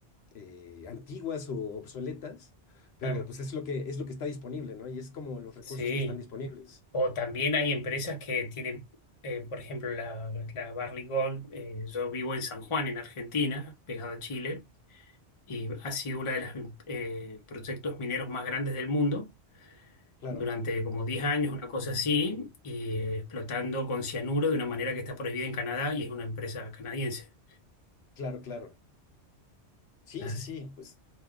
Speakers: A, on the left (about 70°); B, on the left (about 30°).
A: eh, antiguas o obsoletas, pero
B: claro.
A: pues es lo que es lo que está disponible, ¿no? Y es como los recursos
B: Sí.
A: que están disponibles.
B: O también hay empresas que tienen, eh, por ejemplo, la, la Barrick Gold. eh, yo vivo en San Juan, en Argentina, pegado a Chile, y ha sido uno de los proyectos mineros más grandes del mundo
A: Claro,
B: durante como 10 años, una cosa así, y eh, explotando con cianuro de una manera que está prohibida en Canadá y es una empresa canadiense.
A: claro, claro. Sí,
B: Así-
A: sí, sí, pues.